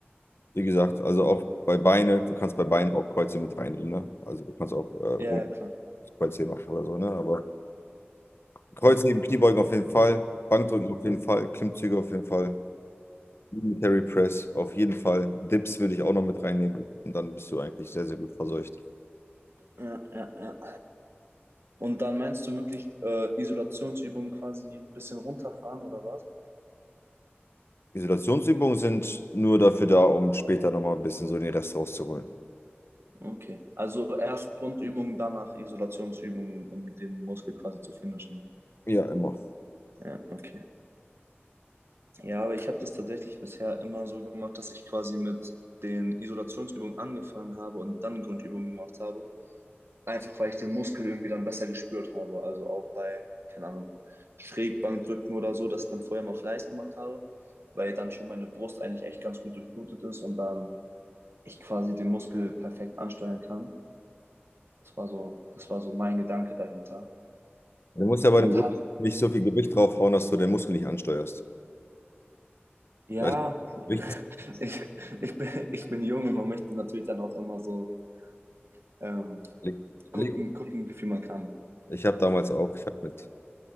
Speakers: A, on the left; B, on the right.
A: wie gesagt, also auch bei Beine, du kannst bei Beinen auch Kreuzheben mit reinnehmen, ne? Also du kannst auch äh, Rumpf
B: Ja, ja, klar.
A: Kreuzheben machen oder so, ne? Aber Kreuzheben, Kniebeugen auf jeden Fall, Bankdrücken auf jeden Fall, Klimmzüge auf jeden Fall. Military Press, auf jeden Fall. Dips würde ich auch noch mit reinnehmen. Und dann bist du eigentlich sehr, sehr gut verseucht.
B: Ja, ja, ja. Und dann meinst du wirklich äh, Isolationsübungen quasi ein bisschen runterfahren oder was?
A: Isolationsübungen sind nur dafür da, um später nochmal ein bisschen so den Rest rauszuholen.
B: Okay. Also erst Grundübungen, danach Isolationsübungen, um den Muskel quasi zu finishen.
A: Ja, immer.
B: Ja, okay. Ja, aber ich habe das tatsächlich bisher immer so gemacht, dass ich quasi mit den Isolationsübungen angefangen habe und dann Grundübungen gemacht habe. Einfach weil ich den Muskel irgendwie dann besser gespürt habe. Also auch bei, keine Ahnung, Schrägbankdrücken oder so, dass ich dann vorher mal Fleiß gemacht habe, weil dann schon meine Brust eigentlich echt ganz gut durchblutet ist und dann ich quasi den Muskel perfekt ansteuern kann. Das war so, das war so mein Gedanke dahinter.
A: Du musst ja bei
B: Und
A: den Brüsten
B: hat,
A: nicht so viel Gewicht draufhauen, dass du den Muskel nicht ansteuerst.
B: ja,
A: Da ist wichtig,
B: ich, ich bin, ich bin jung und man möchte natürlich dann auch immer so ähm,
A: leg,
B: gucken,
A: leg
B: gucken, wie viel man kann.
A: ich habe damals auch, ich habe mit,